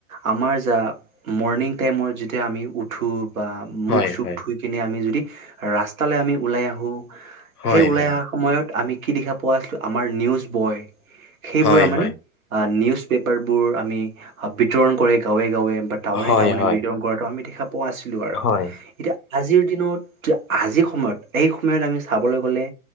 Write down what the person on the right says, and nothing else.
আমাৰ যা মৰ্ণিং টাইমত যেতিয়া আমি থো বা মুখ
চুখ
ধুই কিনে আমি যদি ৰাস্তালৈ আমি ওলাই আহোঁ
সেই ওলাই
অহা সময়ত আমি কি দেখা পোৱা আছিলো আমাৰ নিউজ বয় সেইবোৰ
মানে
আ নিউজ পেপাৰবোৰ আমি বিতৰণ কৰে গাঁৱে গাঁৱে বাত
টাউনে টাউনে
বিতৰণ কৰাটো আমি দেখা পোৱা নছিলোঁ আৰু
এতিয়া আজিৰ দিনত আজিৰ সময়ত এই সময়ত আমি চাবলৈ গ'লে